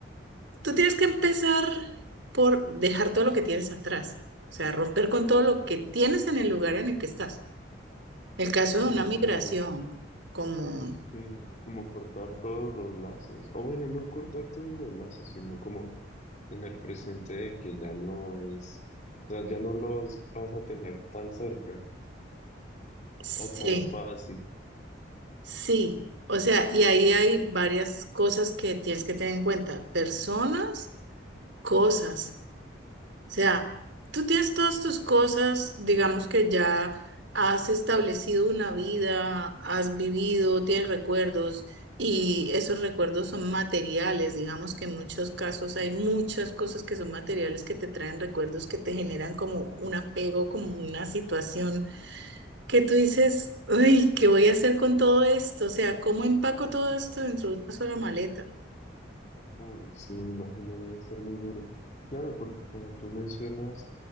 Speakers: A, on the right; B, on the left.
A: tú tienes que empezar por dejar todo lo que tienes atrás, o sea, romper con todo lo que tienes en el lugar en el que estás. El caso
B: Sí,
A: de una
B: como,
A: migración, como...
B: sí, como cortar todos los lazos. O bueno, no cortar todos los lazos, sino como tener presente de que ya no es, o sea, ya no lo vas, vas a tener tan cerca
A: Sí,
B: o tan fácil.
A: Sí, o sea, y ahí hay varias cosas que tienes que tener en cuenta. Personas, cosas. O sea, tú tienes todas tus cosas, digamos que ya has establecido una vida, has vivido, tienes recuerdos y esos recuerdos son materiales. Digamos que en muchos casos hay muchas cosas que son materiales que te traen recuerdos que te generan como un apego, como una situación que tú dices, uy, ¿qué voy a hacer con todo esto? O sea, ¿cómo empaco todo esto dentro de una sola maleta?
B: Uy, sí, me imagino debe ser muy duro. Claro, porque como tú mencionas,